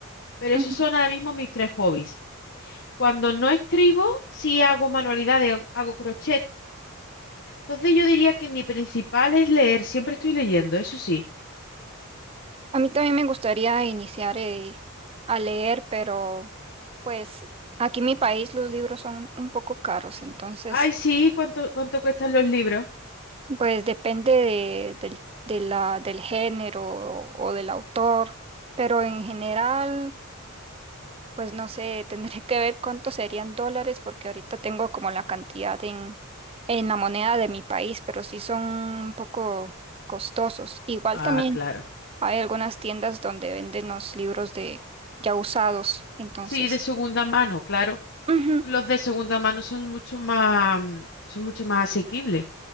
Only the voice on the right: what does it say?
Ujú.
A mí también me gustaría iniciar eh, a leer, pero pues aquí en mi país los libros son un poco caros, entonces
pues depende de, del, de la, del género o, o del autor, pero en general pues no sé, <laughs> tendré que ver cuántos serían dólares porque ahorita tengo como la cantidad en, en la moneda de mi país, pero sí son un poco costosos. Igual
también.
Hay algunas tiendas donde venden los libros de ya usados, entonces.
Ujú,